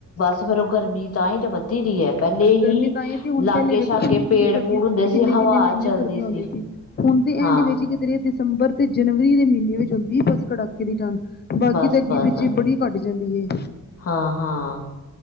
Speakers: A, on the left; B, on the left.
A: ਤੇ ਫੇਰ ੳਹ ਗਰਮੀ ਤਾਂਹੀ ਤਾਂ ਵੱਧੀ ਦੀ ਹੈ ਪਹਿਲੇ
B: ਗਰਮੀ
A: ਹੀ
B: ਤਾਂ ਤੇ ਹੁਣ
A: ਲਾਗੇ
B: ਪਹਿਲੇ ਵੇਖੋ
A: ਸ਼ਾਗੇ
B: ਕਿੰਨੀ ਕਿੰਨੀ
A: ਪੇੜ-
B: ਸਰਦੀ
A: ਪੂੜ
B: ਹੁੰਦੀ
A: ਹੁੰਦੇ
B: ਕਿੰਨੇ
A: ਸੀ ਹਵਾ
B: ਕਿੰਨੇ ਮਹੀਨੇ
A: ਚਲਦੀ
B: ਸਰਦੀਆਂ
A: ਸੀ।
B: ਹੁੰਦੀਆਂ ਹੁਣ ਦੇ
A: ਹਾਂ
B: ਐਂਡ ਵਿੱਚ ਕਿਧਰੇ ਦਸੰਬਰ ਤੇ ਜਨਵਰੀ ਦੇ ਮਹੀਨੇ ਵਿੱਚ ਹੁੰਦੀ ਬਸ ਕੜਾਕੇ ਦੀ ਠੰਡ, ਬਾਕੀ
A: ਬਸ
B: ਤੇ ਅਗੇ
A: ਬਸ
B: ਪਿੱਛੇ ਬੜੀ ਘੱਟ ਜਾਂਦੀ ਏ
A: ਹਾਂ ਹਾਂ,